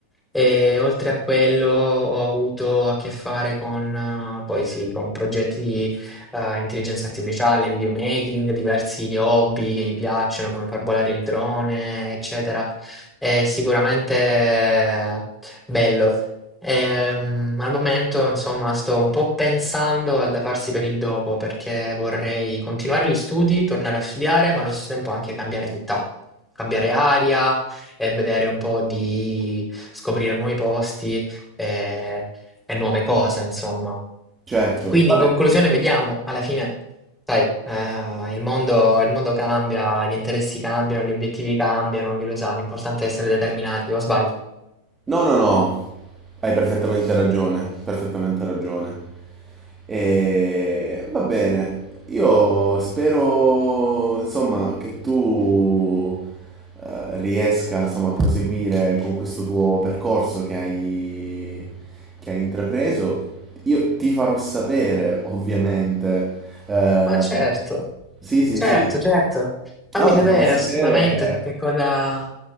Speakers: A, in the centre; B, on the right.
A: E oltre a quello, ho avuto a che fare con, eh, poi sì, con progetti di eh, intelligenza artificiale, videomaking, diversi hobby che mi piacciono, come far volare il drone, eccetera. È sicuramente eh, bello. Ehm, al momento, insomma, sto un po' pensando al da farsi per il dopo perché vorrei continuare gli studi, tornare a studiare, ma allo stesso tempo anche cambiare città, cambiare aria e vedere un po' di scoprire nuovi posti eh, e, nuove cose, insomma.
B: Certo,
A: Quindi,
B: vabbè,
A: in conclusione,
B: sì.
A: vediamo alla fine, sai, eh, il mondo, il mondo cambia, gli interessi cambiano, gli obiettivi cambiano, chi lo sa, l'importante è essere determinati, o sbaglio?
B: No, no, no, hai perfettamente ragione, perfettamente ragione. E va bene, io spero, insomma, che tu eh, riesca, insomma, a proseguire con questo tuo percorso che hai, che hai intrapreso. Io ti farò sapere, ovviamente. eh,
A: Ma certo.
B: sì, sì,
A: Certo,
B: sì.
A: certo, fammi
B: No,
A: vedere
B: ti farò sapere.
A: assolutamente perché cosa...